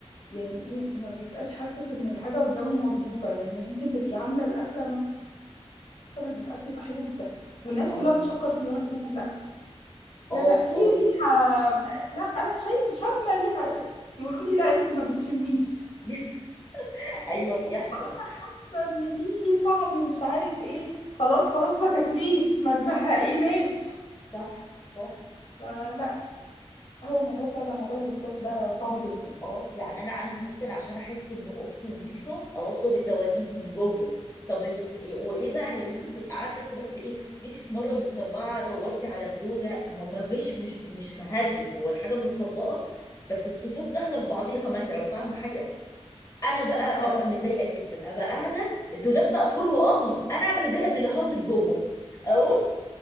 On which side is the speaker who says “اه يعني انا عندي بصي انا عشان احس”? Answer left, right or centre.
Left